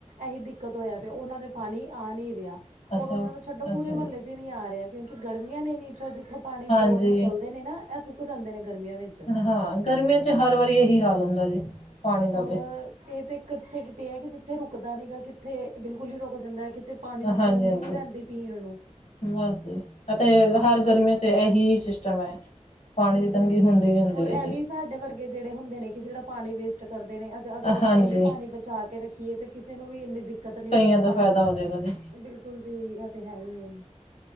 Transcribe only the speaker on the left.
ਅੱਛਾ,
ਅੱਛਾ
ਜੀ,
ਹਾਂਜੀ।
ਹਾਂ ਗਰਮੀਆਂ ਚ ਹਰ ਵਾਰੀ ਇਹੀ ਹਾਲ ਹੁੰਦਾ ਜੀ। ਪਾਣੀ ਦਾ
ਤੇ,
ਹਾਂਜੀ-ਹਾਂਜੀ।
ਬਸ ਅ ਤੇ ਹਰ ਗਰਮੀਆਂ ਚ ਇਹੀ ਸਿਸਟਮ ਹੈ। ਪਾਣੀ
ਦੀ ਤੰਗੀ
ਹੁੰਦੀ ਹੀ ਹੁੰਦੀ
ਹੈ ਜੀ।
ਹਾਂਜੀ
ਕਈਆਂ
ਦਾ
ਫਾਇਦਾ ਹੋ ਜਾਏਗਾ ਜੀ